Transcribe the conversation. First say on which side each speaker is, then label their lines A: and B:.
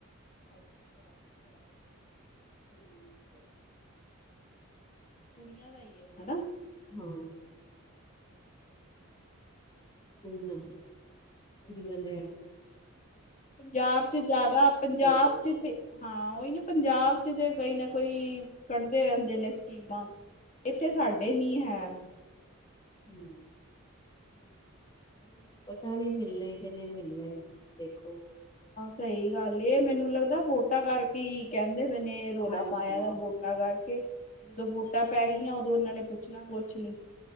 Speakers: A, on the left; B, on the left.
A: ਅੱਛਾ-ਅੱਛਾ। ਠੀਕ ਏ। ਕੁੜੀਆਂ ਦਾ ਈ ਐ, ਹਨਾ?
B: ਹਾਂ।
A: ਅੱਛਾ-ਅੱਛਾ।
B: ਕੋਈ ਨਾ, ਜਿਨਣੇ
A: ਵਧੀਆ ਪੰਜਾਬ ਚ ਜ਼ਿਆਦਾ ਪੰਜਾਬ
B: ਦੇ ਨੇ
A: ਚ ਤੇ ਹਾਂ ਉਹੀ ਨਾ, ਪੰਜਾਬ ਚ ਜੇ ਕਈ ਨਾ ਕੋਈ ਕੱਢਦੇ ਰਹਿੰਦੇ ਨੇ ਸਕੀਮਾਂ। ਏਥੇ ਸਾਡੇ ਨੀ ਹੈ।
B: ਹੂੰ।
A: ਉਹੀ ਨਾ
B: ਪਤਾ ਨਈ ਮਿਲਣਾ ਐ, ਕਿ ਨਈ ਮਿਲਣੇ? ਦੇਖੋ।
A: ਸਹਈ ਗੱਲ ਐ, ਏਹ ਮੈਨੂੰ ਲੱਗਦਾ ਵੋਟਾਂ ਕਰਕੇ ਈ ਕਹਿੰ ਕਹਿੰਦੇ ਪੇ ਨੇ, ਰੌਲਾ
B: ਹਾਂਜੀ
A: ਪਾਇਆ
B: ਹਾਂਜੀ
A: ਦਾ ਬੋਟਾ ਕਰਕੇ, ਜਦੋਂ ਬੋਟ ਟਾਂ ਪੈ ਗਈਆਂ, ਉਦੋਂ ਇਹਨਾਂ ਨੇ ਪੁੱਛਣਾ ਕੋਛ ਨੀ।